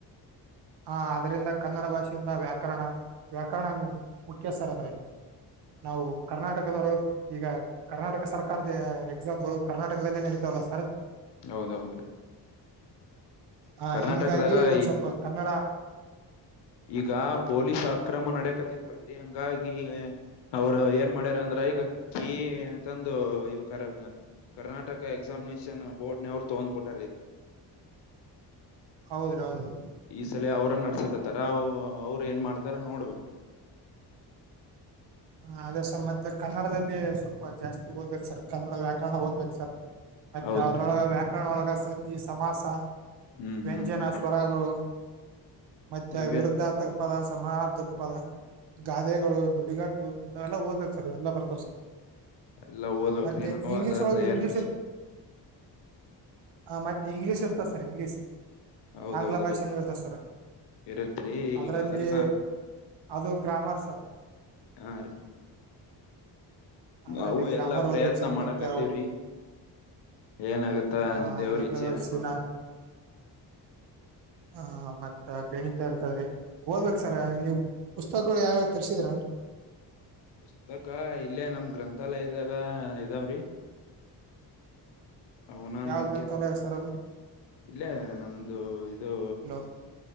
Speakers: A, on the right; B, on the left.
A: ಹಾ ಆದ್ದರಿಂದ ಕನ್ನಡ ಭಾಷೆಯಿಂದ ವ್ಯಾಕರಣ. ವ್ಯಾಕರಣ ಮುಖ್ಯ ಸರ್ ಅದರಲ್ಲಿ ನಾವು ಕರ್ನಾಟಕದವರು ಈಗ ಕರ್ನಾಟಕ ಸರ್ಕಾರ. ಸರ್ಕಾರದ ಎಕ್ಸಾಮ್ಗಳು ಕರ್ನಾಟಕದಲ್ಲೇ ನೆಡಿತವಲ್ಲ ಸರ್.
B: ಹೌದೌದ್ರೀ.
A: ಹಾ
B: ಕರ್ನಾಟಕದಾಗ
A: ಹಿಂಗಾಗಿ ಒಂದ್
B: ಈ
A: ಸ್ವಲ್ಪ ಕನ್ನಡ.
B: ಈಗ ಪೊಲೀಸ್ ಅಕ್ರಮ ನಡಕತ್ತಿದ್ವಲ್ರರಿ ಹಂಗಾಗಿ. ಅವರು ಏನ್ ಮಾಡ್ಯಾರ ಅಂದ್ರ ಈಗ ಕೀ ಅಂತಂದು ಯುವಕರಾಗ. ಕರ್ನಾಟಕ ಎಕ್ಸಾಮಿನೇಷನ್ ಬೋರ್ಡ್ನ ಅವ್ರು ತೊಗೊಂಡ್ಬಿಟಾರ ಇದನ್ನು.
A: ಹೌದ್ರ ಹೌದ್ರಿ.
B: ಈಸಲ ಅವ್ರ ನಡ್ಸಕತ್ತಾರ ಅವ್ರು ಏನ್ ಮಾಡ್ತಾರ ನೋಡ್ಬೇಕು.
A: ಹಾ ಅದೇ ಸರ್ ಮತ್ತೆ ಕನ್ನಡದಲ್ಲಿ ಸ್ವಲ್ಪ ಜಾಸ್ತಿ ಓದಬೇಕು ಸರ್ ಕನ್ನಡ ವ್ಯಾಕರಣ ಓದಬೇಕು ಸರ್. ಮತ್ತೆ
B: ಹೌದ್ರಿ
A: ಅದ್ರೊಳಗ ವ್ಯಾಕರಣ ಒಳಗ ಸಂಧಿ ಸಮಾಸ.
B: ಹ್ಮ್
A: ವ್ಯಂಜನ,
B: ಹ್ಮ್ ಹ್ಮ್
A: ಸ್ವರಗಳು ಮತ್ತೆ
B: ಇವೆ
A: ವಿರುದ್ಧಾರ್ಥ ಪದ ಸಮಾರಧಕ ಪದ ಗಾದೆಗಳು ನುಡಿಗಟ್ಟ. ಇಂಥವೆಲ್ಲಾ ಓದ್ಬೇಕು ಸರ್ ಎಲ್ಲ ಬರ್ತಾವ್ ಸರ್
B: ಎಲ್ಲಾ ಓದ್ಬೇಕ್ರಿ
A: ಮತ್ತೆ
B: ನಾವು
A: ಇಂಗ್ಲಿಷ್
B: ಅದ
A: ಒಳಗೆ
B: ತಯಾರಿ
A: ಇಂಗ್ಲೀಷ್
B: ನಡ್ಸಿ
A: ಇರ್.. ಹಾ ಮತ್ತೆ ಇಂಗ್ಲಷ ಇರ್ತದೆ ಸರ್ ಇಂಗ್ಲಷ್.
B: ಹೌದೌದ್ರಿ
A: ಆಂಗ್ಲ ಭಾಷೆನು ಇರ್ತಾದ್ದೆ ಸರ್.
B: ಇರತ್ರಿ
A: ಅದ್ರಲ್ಲಿ
B: ಈಗ ಅದೆಲ್ಲಾ
A: ಅದು ಗ್ರಾಮರ್ ಸರ್.
B: ಹಾ ರೀ.
A: ಅದರಲ್ಲಿ
B: ನಾವು
A: ಗ್ರಾಮರ್
B: ಎಲ್ಲಾ
A: ಓದ್ಬೇಕ
B: ಪ್ರಯತ್ನ
A: ಸರ್
B: ಮಾಡಕತ್ತೀವ್ರಿ
A: ಮತ್ತೆ.
B: ಏನಾಗತ್ತ
A: ಹ ಅದ್ರಲ್ಲೂ
B: ದೇವ್ರ ಇಚ್ಛೆ
A: <unintelligible>
B: ಮಾಡ್ಬೇಕ
A: ಹ ಮತ್ತ ಗಣಿತ ಇರ್ತವ್ರೀ. ಓದ್ಬೇಕ್ ಸರ ನೀವು ಪುಸ್ತಕಗಳು ಯಾವ್ಯಾವ ತರ್ಸಿದ್ರರ ಅನ್
B: ಪುಸ್ತಕ ಇಲ್ಲೇ ನಮ್ ಗ್ರಂಥಾಲಯದಾಗ ಇದಾವ್ರಿ. ಅವನ
A: ಯಾವ್
B: ನೋಡ್ಕ
A: ಗ್ರಂಥಾಲಯ ಸರ್ ಅದು?
B: ಇಲ್ಲೇ ನಮ್ದು ಇದು
A: ಹಲೋ